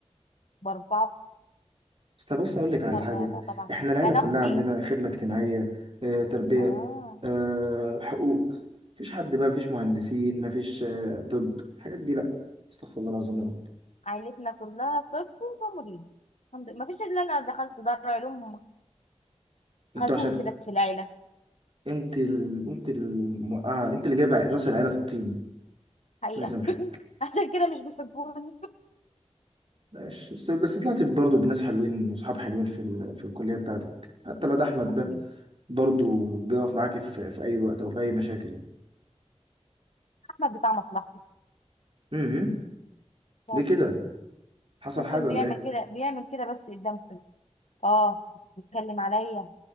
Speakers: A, on the left; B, on the right.
A: باربعة
B: بس بص اقول لك على
A: لا
B: حاجه
A: لا لا طبعا
B: احنا العيله
A: انا
B: كلها
A: اختي
B: عندنا خدمه اجتماعيه اه تربيه
A: اه
B: اه حقوق مفيش حد بقى مفيش مهندسين مفيش اه طب الحاجات دي لا استغفر الله العظيم يا رب
A: عائلتنا كلها طب وتمريض الحمد لله مفيش الا انا دخلت دار علوم
B: انتوا
A: خازوق
B: عشان
A: كده في العيله
B: انت ال... انت ال... اه انت اللي جايب راس العيله في الطين
A: حقيقه
B: الله يسامحك
A: <laughs> عشان كده مش بيحبوني
B: ماشي بس بس طلعت برضه بناس حلوين وصحاب حلوين في ال... في الكليه بتاعتك حتى لو ده احمد
A: اكيد
B: ده برضه بيقف معاكي في... في اي وقت او في اي مشاكل
A: احمد بتاع مصلحته
B: امم
A: طبعاً.
B: ليه كده حصل
A: ممكن
B: حاجه ولا
A: بيعمل
B: ايه؟
A: كده بيعمل كده بس قدامكم اه بيتكلم عليا